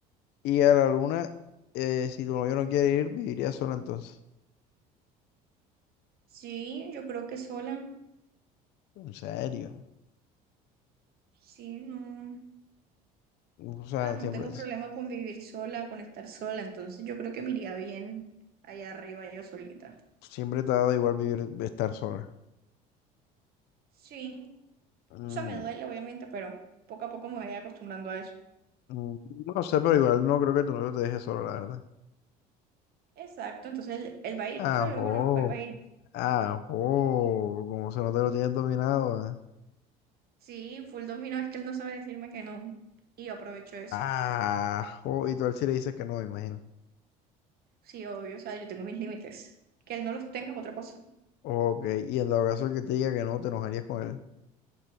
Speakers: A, on the left; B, on the right.
A: y a la luna, eh, si tu novio no quiere ir, viviría sola entonces.
B: Sí, yo creo que sola.
A: En serio.
B: Sí, no.
A: O sea,
B: O sea, no
A: siempre.
B: tengo problema con vivir sola, con estar sola. Entonces yo creo que me iría bien allá arriba yo solita.
A: Siempre te ha dado igual vivir, estar sola.
B: Sí,
A: Mm,
B: O sea, me duele, obviamente, pero poco a poco me voy acostumbrando a eso.
A: mm, no sé, pero igual no creo que tu novio te deje sola, la verdad.
B: Exacto, entonces él, él va a ir. O
A: Ajo,
B: sea, yo lo conozco, él va a ir.
A: ajo, como se no te lo tienes dominado, ah.
B: Sí, full dominó, es que él no sabe decirme que no. Y yo aprovecho eso.
A: Ajo, y tú a él sí le dices que no, me imagino.
B: Sí, obvio, o sea, yo tengo mis límites. Que él no los tenga es otra cosa.
A: Ok, y en dado caso el que te diga que no, te enojarías con él.